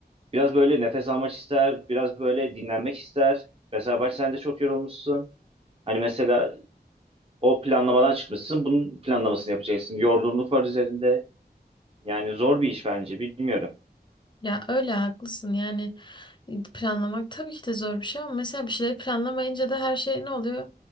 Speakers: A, on the right (about 35°); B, on the left (about 25°).
A: biraz böyle nefes almak ister, biraz böyle dinlenmek ister. Mesela bak sen de çok yorulmuşsun. Hani mesela o planlamadan çıkmışsın, bunun planlamasını yapacaksın. Yorgunluk var üzerinde. Yani zor bir iş bence, bilmiyorum.
B: Ya öyle haklısın yani e, planlamak tabii ki de zor bir şey ama mesela bir şeyleri planlamayınca da her şey ne oluyor?